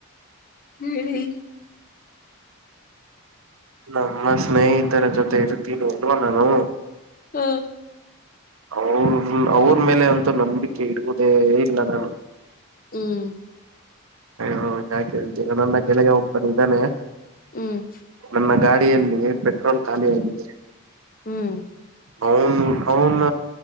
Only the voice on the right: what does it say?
ನಮ್ಮ ಸ್ನೇಹಿತರ ಜೊತೆ <unintelligible> ಅಲ್ವಾ ನಾನು
ಅವ್ರ ಅವ್ರ ಮೇಲೆ ಅಂತ ನಂಬಿಕೆ ಇಡುವುದೇ ಇಲ್ಲ ನಾನು.
<unintelligible> ನಮ್ಮ ಕೆಳ್ಗೆ ಒಬ್ಬನ ಇದ್ದಾನೆ.
ನನ್ನ ಗಾಡಿಯಲ್ಲಿ ಪೆಟ್ರೋಲ್ ಖಾಲಿ ಆಗಿದೆ.
ಅವ್ನ ಅವನ